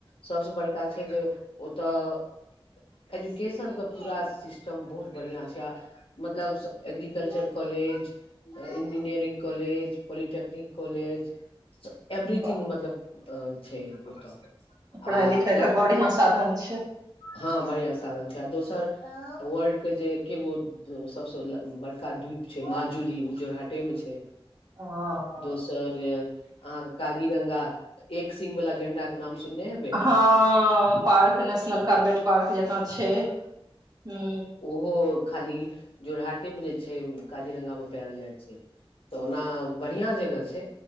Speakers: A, on the left; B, on the right.
A: सबसँ बड़का छै जे तऽ एजुकेशनके पूरा सिस्टम बहुत बढ़िआँ छै आ मतलब agriculture college engineering college polytechnic college एवरीथिंग
B: वाह
A: मतलब छै ओतऽ
B: पढ़ाई
A: आ
B: लिखाई
A: प्लास
B: कऽ बढ़िआं साधन छै
A: हँ बढ़ििया साधन छै आ दोसर वर्ल्ड के जे एकेगो सबसँ बड़का द्वीप छै माजूली उऽ जोरहाटे मे छै
B: हँ हँ
A: दोसर अहाँके काजीरंगा एक सिंग वालला गेंडा नाम सुनने हेबै नऽ
B: हँ पार्क नेशनल कारबेट पार्क जकाँ छै हू
A: ओ खाली जोरहाटे मे जे छै काजीरंगा मे पायल जाइ छै तऽ ओना बढ़िया जगह छै